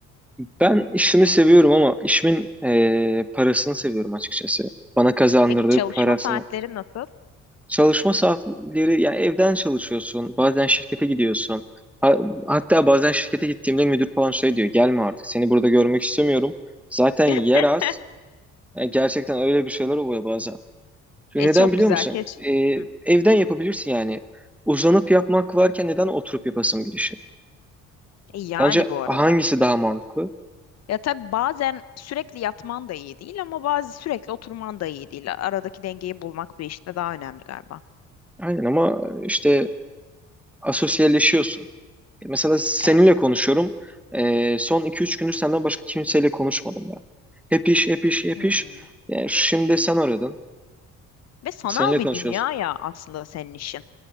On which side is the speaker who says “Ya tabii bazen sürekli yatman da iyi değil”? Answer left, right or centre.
Left